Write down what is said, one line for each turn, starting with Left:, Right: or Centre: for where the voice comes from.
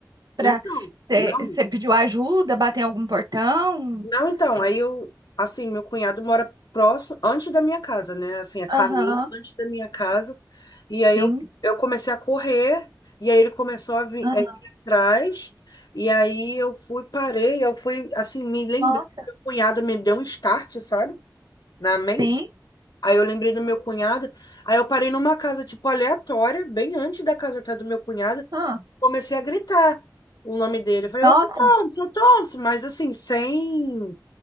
Right: pra...
Left: Então,
Right: Você
Left: não.
Right: você pediu ajuda, bateu em algum portão?
Left: Não, então,
Right: É,
Left: aí eu, assim, meu cunhado mora próximo, antes da minha casa, né? Assim, a caminho
Right: Aham,
Left: antes da minha casa. E aí
Right: sim.
Left: eu, eu comecei a correr, e aí ele começou a vir,
Right: Aham.
Left: a vir atrás, e aí eu fui, parei, eu fui, assim, me lembrei,
Right: Nossa,
Left: meu cunhado me deu um start, sabe? Na mente.
Right: sim.
Left: Aí eu lembrei do meu cunhado, aí eu parei numa casa, tipo, aleatória, bem antes da casa até do meu cunhado,
Right: Ah,
Left: Comecei a gritar o nome dele. Eu falei,
Right: nossa.
Left: ô Thompson, seu Thompson, mas assim, sem,